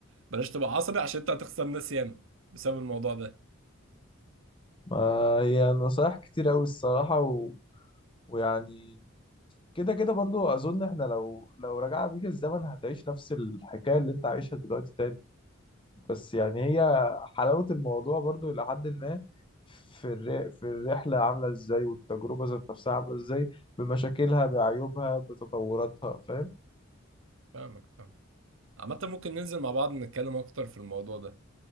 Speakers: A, on the right; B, on the left.
A: بلاش تبقى عصبي عشان انت هتخسر ناس ياما بسبب الموضوع ده
B: ما هي نصايح كتير أوي الصراحة و... ويعني كده كده برضو أظن إحنا لو لو رجع بيك الزمن هتعيش نفس الحكاية اللي أنت عايشها دلوقتي تاني بس يعني هي حلاوة الموضوع برضو إلى حد ما في الر... في الرحلة عاملة إزاي والتجربة ذات نفسها عاملة إزاي بمشاكلها بعيوبها بتطوراتها فاهم؟
A: فاهمك فاهم عامة ممكن ننزل مع بعض نتكلم اكتر في الموضوع ده